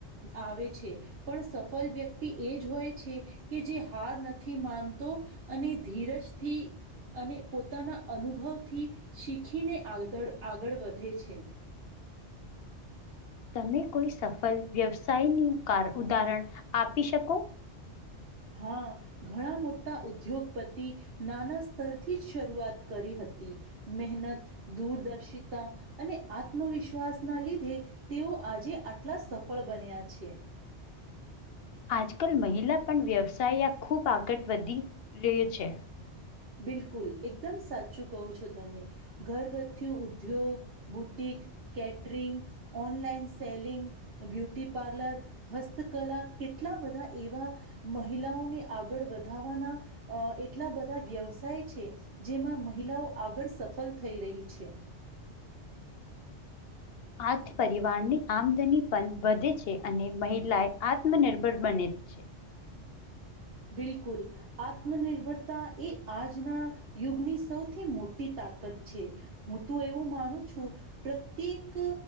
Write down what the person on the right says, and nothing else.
આવે છે. પણ સફલ વ્યક્તિ એ જ હોય છે કે જે હાર નથી માનતો અને ધીરજથી અને પોતાના અનુભવથી શીખીને આગળ વધે છે.
હા. ઘણા મોટા ઉદ્યોગપતિ નાના સ્તરથી જ શરૂઆત કરી હતી. મહેનત દૂરદર્શિતા અને આત્મવિશ્વાસ ના લીધે તેઓ આજે આટલા સફળ બન્યા છે.
બિલકુલ એકદમ સાચું કહો છો તમે ઘરગથ્થુ ઉદ્યોગ, boutique, catering online selling, beauty parlour હસ્તકલા કેટલા બધા એવા મહિલાઓને આગળ વધાવાના અ એટલા બધા વ્યવસાય છે જેમાં મહિલાઓ આગળ સફળ થઈ રહી છે.
બિલકુલ. આત્મનિર્ભરતા એ આજના યુગની સૌથી મોટી તાકાત છે. હું તો એવું માનું છું પ્રત્યેક